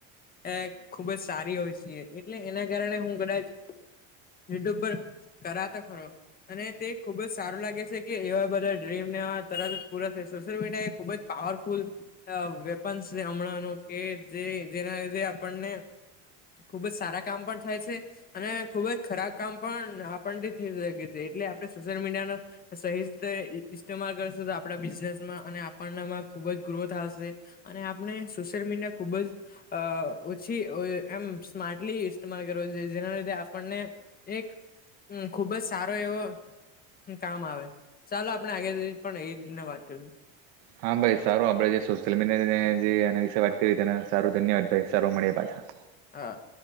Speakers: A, on the left; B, on the right.
A: એ ખુબ જ સારી હોય છેીએ એટલે એના કારણે હું કદાચ હયુટ્યુબ બર કરા તો ખરો. અને તે ખુબ જ સારું લાગે છે કે એવા બધા ડ્રીમને તરત જ પૂરા થાય સોશિયલ મીડિયા એ ખુબ જ પાવરફુલ વેપન્સ છે હમણાંનો કે જે જેના લીધે આપણને ખુબ જ સારા કામ પણ થાય છે. અને ખુબ જ ખરાબ કામ પણ આપણથી થઈ એટલે આપણે સોશિયલ મીડિયા ના સહી રીતે ઇસ્ટેમાલ કરશે તો આપણા બિઝનેસમાં અને આપણમાં ખુબ જ ગ્રોથ આવશે. અને આપણે સોસલ મીડિયા ખુબ જ ઓછી એમ સ્માર્ટલી ઇસ્ટમાંલ કરવું જોઈએ જેના લીધે આપણને એક હમમ ખુબ જ સારો એવો કામ આવે, ચાલો આપણે આગળ પણ એ જ રીતે વાત કરીએ.
B: હા ભાઈ સારું આપણેે જે સોશિયલ મીડિયા અને જે એના વિશે વાત કરી તેને સારું ધન્યવાદ ભાઈ સારું મળએ પાછા.
A: હા હા.